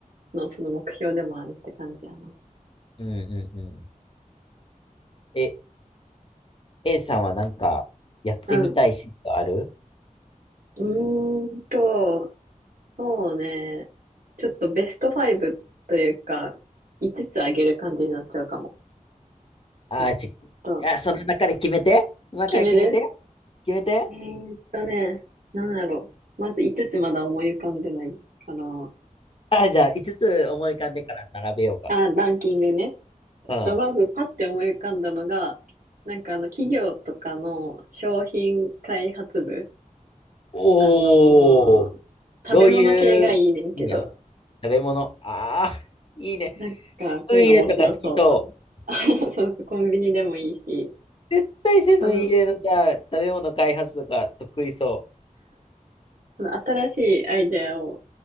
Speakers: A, on the right; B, on the left.
A: のその目標でもあるって感じやな。
B: ら。うんうんうん。え、A さんはなんか、やってみたい仕事ある
A: うん。うーんと、そうね。ちょっとベスト5というか、5つつあげる感じになっちゃうかも。
B: あーち、
A: えっと
B: あ、その中で決めて。その中で決めて。
A: 決める
B: 決めて。
A: えーっとね、なんだろう。まず5つつまだ思い浮かんでないから。
B: あー、じゃあ、5つつ思い浮かんでから並べようか。
A: あ、ランキングね。えっと、
B: うん。
A: まずパッて思い浮かんだのが、なんかあの、企業とかの商品開発部。
B: おー、
A: あのー食べ物系がいいねんけど、
B: どういう分野食べ物。ああ、いいね。
A: なんかそういうの面白そう。
B: セブンイレとか好きそう。
A: <laughs> そうそう、コンビニでもいいし、
B: 絶対セブンイレのさ、
A: その、
B: 食べ物開発とか得意そ
A: その新しいアイデアを